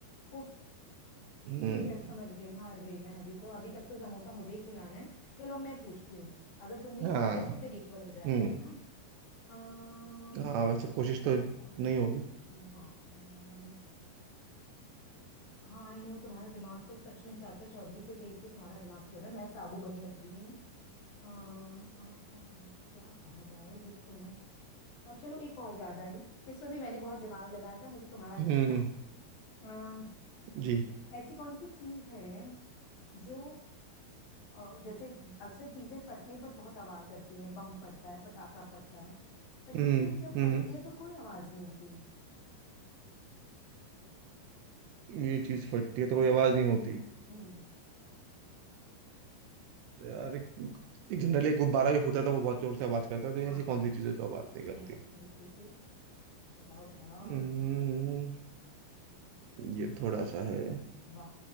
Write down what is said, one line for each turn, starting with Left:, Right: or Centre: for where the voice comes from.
Left: उफ
Right: हम्म,
Left: ठीक है समझ गई हार गई मैं अभी तो अभी तक तो समोसा मुझे ही खिलाना है चलो मैं पूछती हूँ अगर तुम भी
Right: हाँ
Left: हार गए तो फिर इक्वल हो जाएगा
Right: हम्म
Left: है ना अम,
Right: हाँ वैसे कोशिश तो
Left: कौन
Right: नहीं
Left: सा
Right: होगी
Left: पूछूं? हाँ अम, हाँ आई नो तुम्हारा दिमाग तो सच में चाचा चौधरी से तेज तो तुम्हारा दिमाग चल रहा है मैं साबू बनी बैठी हुई आ, आ, आ, क्या कहा जाए जो तुम्हें और चलो एक और याद आई इसमें भी मैंने बहुत दिमाग लगाया था मुझे तुम्हारा नहीं
Right: हम्म
Left: पता आ,
Right: जी
Left: ऐसी कौन सी चीज है जो अ, जैसे अक्सर चीजें फटने पर बहुत आवाज करती है बम फटता है पटाखा फटता है पर
Right: हम्म
Left: ये चीज जब फटती
Right: हम्म
Left: है तो कोई आवाज नहीं होती
Right: ये चीज फटती है तो कोई आवाज नहीं होती
Left: हम्म
Right: यार एक, एक जनरली एक गुब्बारा भी फूटता था वो बहुत जोर से आवाज करता था तो
Left: हाँ
Right: ऐसी कौन सी चीजें जो आवाज नहीं करती
Left: यस बिल्कुल ठीक बताओ बताओ
Right: हम्म ये थोड़ा सा है
Left: वाह